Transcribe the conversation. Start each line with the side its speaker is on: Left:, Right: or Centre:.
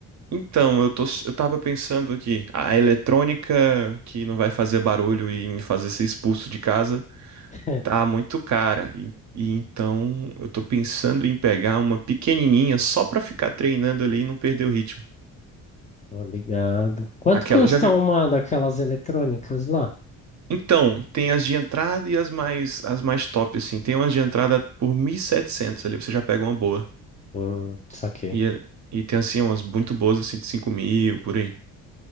Right: Então, eu tô, eu tava pensando aqui, a eletrônica que não vai fazer barulho e me fazer ser expulso de casa
Left: <laughs>
Right: tá muito cara. E, e então eu tô pensando em pegar uma pequenininha só pra ficar treinando ali e não perder o ritmo.
Left: Tô ligado. Quanto
Right: Aquela,
Left: custa
Right: já vi,
Left: uma daquelas eletrônicas lá?
Right: Então, tem as de entrada e as mais as mais top assim. Tem umas de entrada por 1.700 ali, você já pega uma boa.
Left: Hum, saquei.
Right: E é- e tem assim umas muito boas assim de cinco mil por aí.